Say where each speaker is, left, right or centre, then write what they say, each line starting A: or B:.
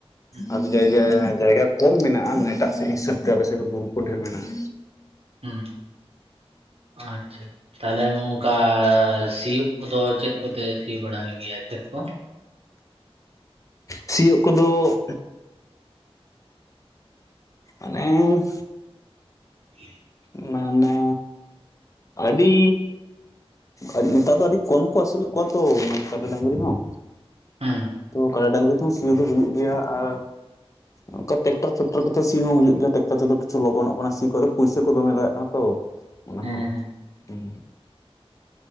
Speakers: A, on the right; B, on the left.
A: ᱦᱩᱸ
B: ᱟᱫᱚ ᱡᱟᱭᱜᱟ, ᱡᱟᱭᱜᱟ ᱠᱚᱢ ᱢᱮᱱᱟᱜᱼᱟ ᱢᱟᱱᱮ ᱮᱴᱟᱜ ᱥᱮᱜ ᱦᱤᱥᱟᱹᱵ ᱛᱮ ᱟᱞᱮ ᱥᱮ ᱫᱚ ᱵᱩᱨᱩ ᱠᱚ ᱰᱷᱮᱨ ᱢᱮᱱᱟᱜᱼᱟ᱾
A: ᱩᱸ, ᱟᱪᱪᱷᱟ ᱛᱟᱦᱚᱞᱮ ᱚᱱᱠᱟ ᱥᱤᱭᱳᱜ ᱠᱚᱫᱚ ᱪᱮᱫ ᱠᱚᱛᱮ ᱥᱤ ᱵᱟᱲᱟᱭ ᱜᱮᱭᱟ ᱠᱷᱮᱛ ᱠᱚ?
B: ᱥᱤᱭᱳᱜ ᱠᱚᱫᱚ ᱟᱞᱮᱸ
A: <inaudible>
B: ᱢᱟᱱᱮ ᱟᱹᱰᱤ ᱟᱵ-ᱱᱮᱛᱟᱨ ᱫᱚ ᱟᱹᱰᱤ ᱠᱚᱢ ᱠᱚ ᱟᱹᱥᱩᱞᱮᱜ ᱠᱚᱣᱟ ᱛᱳ ᱢᱮᱱᱮ ᱠᱟᱫᱟ ᱰᱟᱹᱝᱨᱤ ᱦᱚᱸ
A: ᱦᱩᱸ
B: ᱛᱚ ᱠᱟᱰᱟ ᱰᱟᱝᱨᱤ ᱛᱮᱦᱚᱸ ᱥᱤᱭᱩ ᱫᱚ ᱦᱩᱭᱩᱜ ᱜᱮᱭᱟ, ᱟᱨ ᱚᱝᱠᱟ ᱴᱮᱠᱴᱟᱨᱼᱯᱷᱮᱠᱴᱚᱨ ᱠᱚᱛᱮ ᱥᱤ ᱦᱚᱸ ᱦᱩᱭᱩᱜ ᱜᱮᱭᱟ, ᱴᱮᱠᱴᱟᱨ ᱛᱮᱫᱚ ᱠᱤᱪᱷᱩ ᱞᱚᱜᱚᱱᱚᱜ ᱠᱟᱱᱟ ᱥᱤ ᱠᱚᱫᱚ ᱯᱩᱭᱥᱟᱹ ᱠᱚ ᱫᱚᱢᱮ ᱞᱟᱜᱟᱜ ᱠᱟᱱᱟ ᱛᱚ ᱚᱱᱟ
A: ᱦᱮᱸ
B: ᱦᱚᱸ,
A: ᱦᱮᱸ
B: ᱦᱩᱸ᱾